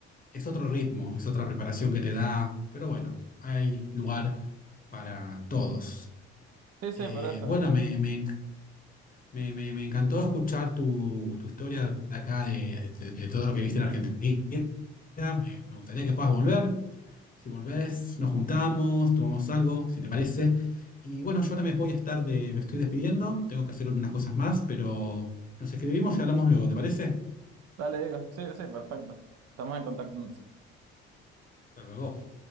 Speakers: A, on the left; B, on the right.
A: es otro ritmo, es otra preparación que te da, pero bueno, hay lugar para todos.
B: Sí, sí,
A: Eh,
B: por eso.
A: bueno, me, me me, me- me encantó escuchar tu, tu historia de acá, de, de- de todo lo que viste en Argentina. Me, me gustaría que puedas volver. Si volvés, nos juntamos, tomamos algo, si te parece. Y bueno, yo ahora me voy a estar de, me estoy despidiendo, tengo que hacer unas cosas más, pero nos escribimos y hablamos luego, ¿te parece?
B: Dale, Diego. Sí, sí, perfecto. Estamos en contacto.
A: Hasta luego.